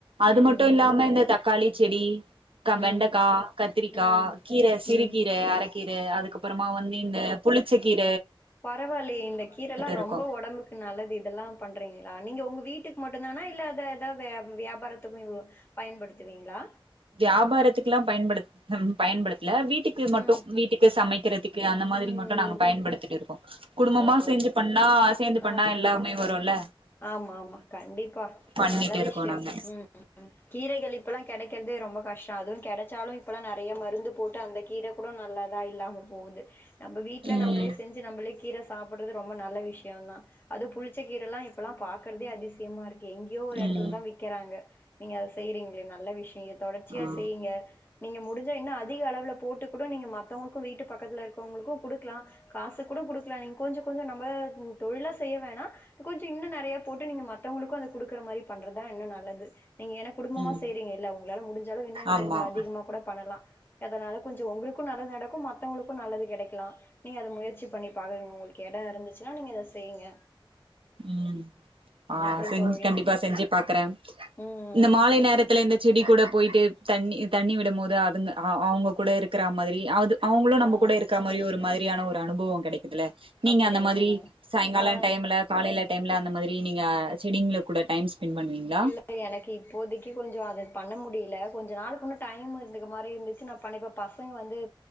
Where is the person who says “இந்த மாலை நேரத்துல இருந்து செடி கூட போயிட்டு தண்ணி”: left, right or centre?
Right